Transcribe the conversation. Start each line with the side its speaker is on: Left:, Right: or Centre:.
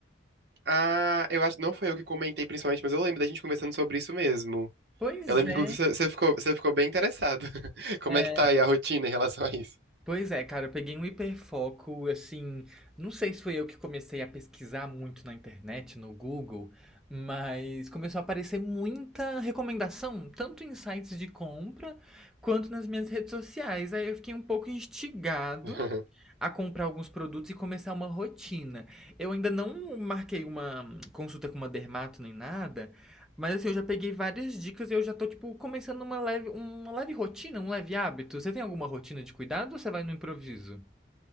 Right: Ah, eu acho, não foi eu que comentei principalmente, mas eu lembro da gente conversando sobre isso mesmo.
Centre: Pois
Right: Eu lembro
Centre: é.
Right: que inclusive você você ficou, você ficou bem interessado. <laughs> Como
Centre: É.
Right: é que tá aí a rotina em relação a isso?
Centre: Pois é, cara, eu peguei um hiperfoco, assim, não sei se foi eu que comecei a pesquisar muito na internet, no Google, mas começou a aparecer muita recomendação, tanto em sites de compra quanto nas minhas redes sociais. Aí eu fiquei um pouco instigado
Right: <laughs>
Centre: a comprar alguns produtos e começar uma rotina. Eu ainda não marquei uma consulta com uma dermato nem nada, mas assim, eu já peguei várias dicas e eu já tô, tipo, começando uma leve, uma leve rotina, um leve hábito. Você tem alguma rotina de cuidado ou você vai no improviso?